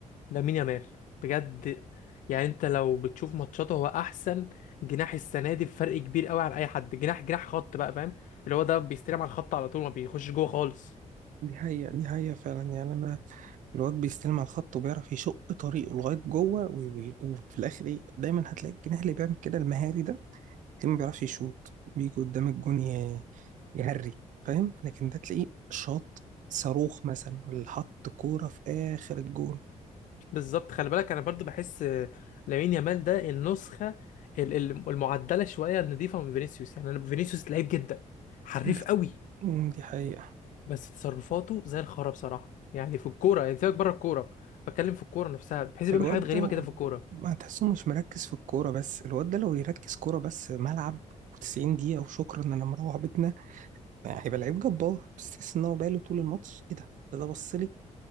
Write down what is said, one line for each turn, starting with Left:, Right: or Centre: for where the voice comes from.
Left: لامين يامال بجد يعني انت لو بتشوف ماتشاته هو احسن جناح السنه دي بفرق كبير قوي عن اي حد جناح جناح خط بقى فاهم اللي هو ده بيستلم على الخط على طول ما بيخش جوه خالص
Right: دي حقيقة دي حقيقة فعلا يعني أنا الواد بيستلم على الخط وبيعرف يشق طريقه لغاية جوه و- و- وفي الآخر إيه دايما هتلاقي الجناح اللي بيعمل كده المهاري ده تلاقيه ما بيعرفش يشوط بيجي قدام الجون ي- يهري فاهم لكن ده تلاقيه شاط صاروخ مثلا ولا حط كورة في آخر الجون
Left: بالظبط خلي بالك انا برضو بحس آه، لامين يامال ده النسخه ال- ال- المعدله شويه النضيفه من فينيسيوس يعني انا فينيسيوس لعيب جدا حريف
Right: ده-
Left: قوي
Right: مم، دي حقيقة
Left: بس تصرفاته زي الخرا بصراحه يعني في الكوره يعني سيبك بره الكوره بتكلم في الكوره نفسها بحيث بيعمل
Right: الواد
Left: حاجات غريبه كده في الكوره
Right: ما تحسه مش مركز في الكورة بس الواد ده لو يركز كورة بس ملعب و90 دقيقة وشكرا إن أنا مروح بيتنا يعني، هيبقى لعيب جبار بس تحس إن هو باله طول الماتش إيه ده ده ده بص لي